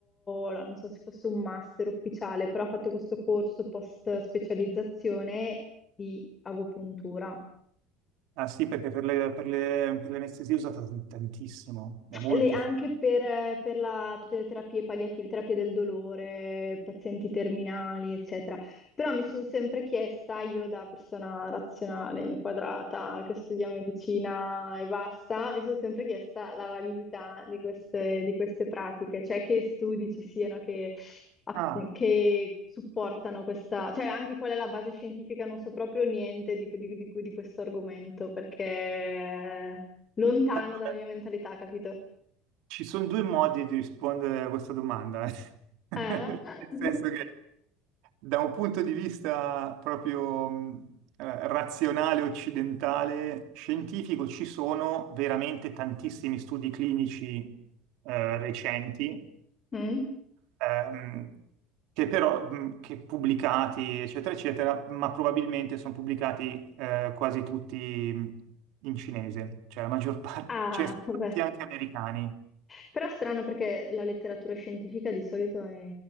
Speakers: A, on the left; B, on the right.
A: allora, non so se fosse un master ufficiale, però ha fatto questo corso post specializzazione di agopuntura.
B: Ah sì, perché per le, per le- per l'anestesia è usata tant- tantissimo, è molto
A: Le- anche
B: efficace.
A: per, per la- tutte le terapie palliative, terapie del dolore, pazienti terminali, eccetera. Però mi sono sempre chiesta, io da persona razionale, inquadrata, che studia medicina e basta, mi sono sempre chiesta la validità di queste, di queste pratiche, cioè che studi ci siano che, a-
B: Ah,
A: che supportano questa, cioè anche qual è la base scientifica, non so proprio niente di, di di- di questo argomento, perché... è Lontano
B: allora,
A: dalla mia mentalità, capito?
B: Ci sono due modi di rispondere a questa domanda, <laughs> nel
A: Eh? <laughs>
B: senso che da un punto di vista proprio mh, eh, razionale, occidentale, scientifico, ci sono veramente tantissimi studi clinici eh, recenti,
A: Mm?
B: ehm, che però, mh, che pubblicati, eccetera, eccetera, ma probabilmente sono pubblicati eh, quasi tutti mh, in cinese, cioè la maggior parte,
A: Ah,
B: ce ne sono
A: vabbè.
B: tanti anche americani.
A: Però strano perché la letteratura scientifica di solito è